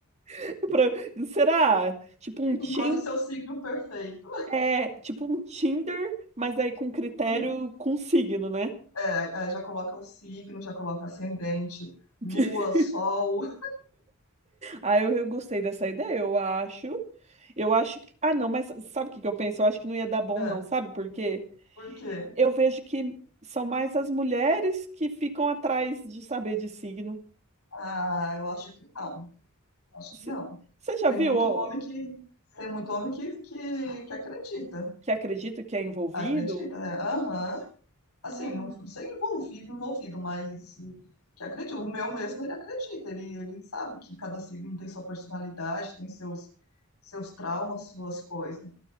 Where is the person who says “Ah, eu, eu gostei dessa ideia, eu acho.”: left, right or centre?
Right